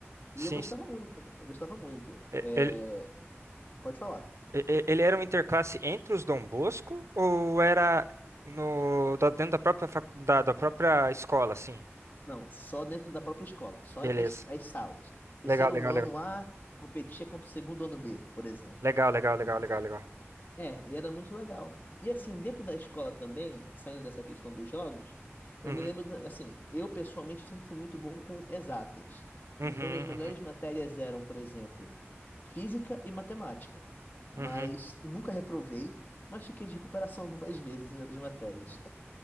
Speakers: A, on the left (about 40°); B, on the right (about 80°).
A: E
B: sim,
A: eu gostava
B: sim.
A: muito, eu gostava muito.
B: E-
A: É,
B: Ele,
A: pode falar.
B: e- e- ele era um interclasse entre os Dom Bosco ou era no, da- dentro da própria, facu- da, da própria escola, assim?
A: Não, só dentro da própria escola, só
B: Beleza.
A: entre as, as salas. Terceiro
B: Legal, legal,
A: ano
B: legal.
A: A competia contra o segundo ano B, por exemplo.
B: Legal, legal, legal,
A: Ente-
B: legal, legal.
A: É, e era muito legal. E assim, dentro da escola também, saindo dessa questão dos jogos, eu
B: Uhum.
A: me lembro, da- assim, eu pessoalmente sempre fui muito bom com exatas.
B: Uhum.
A: Então, minhas melhores
B: Uhum.
A: matérias eram, por exemplo, física e matemática. Mas
B: Uhum.
A: nunca reprovei, mas fiquei de recuperação algumas vezes em outras matérias.